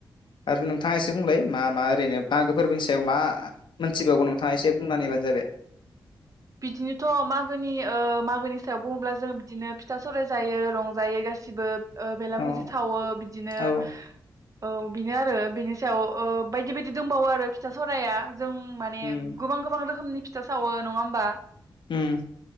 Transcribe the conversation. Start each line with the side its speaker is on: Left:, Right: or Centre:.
Left: आरो नोंथाङा एसे बुंलाय मा मा ओरैनो मागो फोरबोनि सायाव मा मोन थिबावगौ नोंथाङा एसे बुंना हैैबानो जाबाय
Right: बिदिनोथ मागोनि ओ मागोनि सायाव बुङोब्ला जों बिदिनो फिथा सौराय जायो रंजायो गासिबो- ओ बेलाभुजि
Left: औ
Right: सावो बिदिनो
Left: औ
Right: औ बेनो आरो बेनि सायाव ओ बायदि बायदि दंबावो आरो फिथा सावराया जों माने
Left: ओम
Right: गोबां गोबां रोखोमनि फिथा सावो नङा होमबा
Left: उम